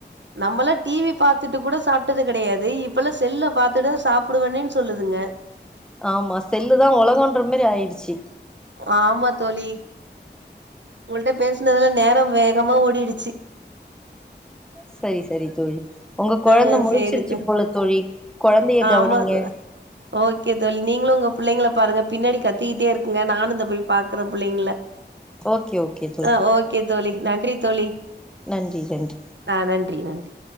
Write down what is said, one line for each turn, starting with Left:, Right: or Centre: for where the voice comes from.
Right: நம்பளா டிவி பாத்துட்டு கூட சாப்ட்டது கெடையாது இப்பல்லா செல்ல பாத்துட்டுதா சாப்டுவேன்னேன்னு சொல்லுதுங்க
Centre: ஆமா செல்லு தா ஒலகோன்றமாரி ஆயிடுச்சி
Right: ஆமா தோழி உங்கள்ட்ட பேசுனதுல நேரொ வேகமா ஓடிடுச்சி
Centre: சரி சரி தோழி உங்க கொழந்தை
Right: ஆ
Centre: முழிச்சிருச்சு
Right: சேரி த
Centre: போல தோழி கொழந்தைய
Right: ஆமா
Centre: கவனிங்க
Right: <unintelligible> ஓகே தோழி நீங்களு உங்க புள்ளைங்கள பாருங்க பின்னாடி கத்துக்கிட்டே இருக்குங்க நானு இந்த போய் பாக்குறே புள்ளைங்கள
Centre: ஓகே ஓகே தோழி
Right: ஆ ஓகே தோழி நன்றி தோழி
Centre: நன்றி நன்றி
Right: ஆ நன்றி நன்றி